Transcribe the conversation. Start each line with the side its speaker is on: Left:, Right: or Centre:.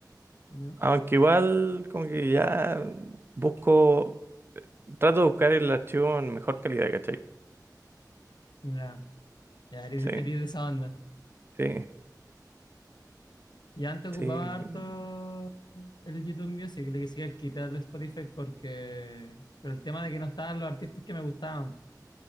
Left: Ya.
Right: Aunque igual como que ya busco, trato de buscar el archivo en mejor calidad, ¿cachai?
Left: Ya, ya eres,
Right: Sí,
Left: eres de esa banda.
Right: sí,
Left: Y antes ocupaba
Right: sí,
Left: harto el YouTube Music, le quisiera quitar el Spotify porque, pero el tema de que no estaban los artistas que me gustaban.